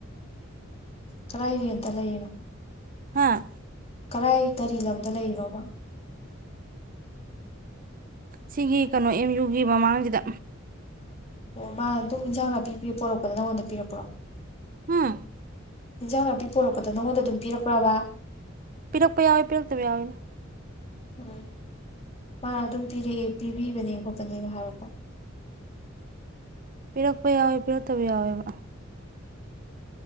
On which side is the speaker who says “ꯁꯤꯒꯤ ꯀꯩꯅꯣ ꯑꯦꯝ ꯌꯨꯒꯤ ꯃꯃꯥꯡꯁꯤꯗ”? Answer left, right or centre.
Right